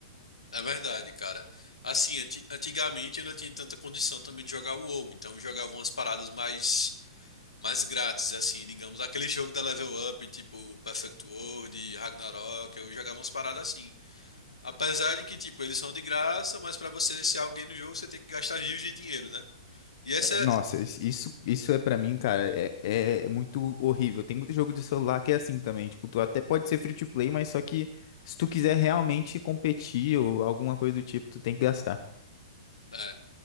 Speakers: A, on the left (about 80°); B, on the left (about 50°).
A: É verdade, cara. Assim, anti- antigamente eu não tinha tanta condição também de jogar o WoW, então eu jogava umas paradas mais mais grátis, assim, digamos, aquele jogo da Level Up, tipo Perfect World, Ragnarok, eu jogava umas paradas assim. Apesar de que, tipo, eles são de graça, mas pra você ser alguém no jogo, você tem que gastar rios de dinheiro, né? E essa
B: É,
A: é,
B: Nossa, is- isso, isso é pra mim, cara, é, é muito horrível. Tem muito jogo de celular que é assim também. Tipo, tu até pode ser free to play, mas só que se tu quiser realmente competir ou alguma coisa do tipo, tu tem que gastar.
A: é,